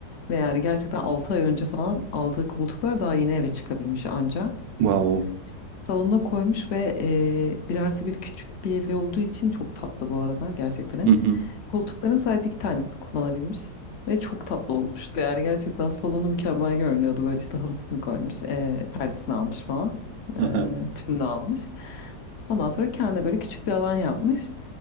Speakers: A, on the left; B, on the right.
A: Ve yani gerçekten 6 ay önce falan aldığı koltuklar daha yeni eve çıkabilmiş anca.
B: Wow.
A: Şimdi salonuna koymuş ve e, bir artı bir küçük bir evi olduğu için çok tatlı bu arada gerçekten. ev.
B: Hı hı.
A: Koltukların sadece iki tanesini kullanabilmiş. Ve çok tatlı olmuştu yani gerçekten salonu mükemmel görünüyordu. Böyle işte halısını koymuş, e, perdesini almış falan,
B: Hı
A: e, tününü almış. Ondan sonra kendine böyle küçük bir alan yapmış.